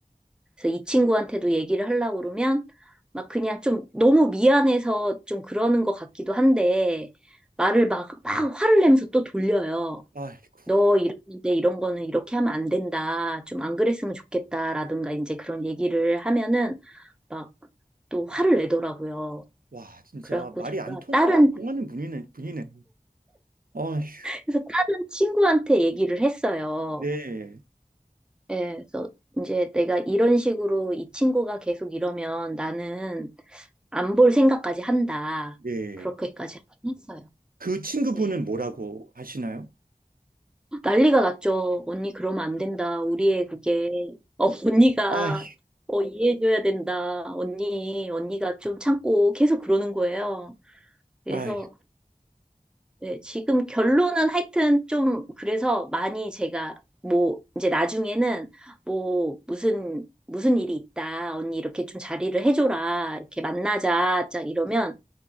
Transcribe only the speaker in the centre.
그래서 이 친구한테도 얘기를 하려고 그러면 막 그냥 좀 너무 미안해서 좀 그러는 것 같기도 한데 말을 막, 막 화를 내면서 또 돌려요.
너 이러는데 이런 거는 이렇게 하면 안 된다. 좀 안 그랬으면 좋겠다라든가 이제 그런 얘기를 하면은 막 또 화를 내더라고요.
그래갖고
제가
다른
그래서 다른 친구한테 얘기를 했어요.
예, 그래서 이제 내가 이런 식으로 이 친구가 계속 이러면 나는 안 볼 생각까지 한다.
그렇게까지 하긴 했어요.
예.
난리가 났죠. 언니 그러면 안 된다. 우리의 그게 어, 언니가
어, 이해해줘야 된다. 언니, 언니가 좀 참고 계속 그러는 거예요. 그래서
네, 지금 결론은 하여튼 좀 그래서 많이 제가 뭐 이제 나중에는 뭐 무슨 무슨 일이 있다 언니 이렇게 좀 자리를 해줘라 이렇게 만나자 짝 이러면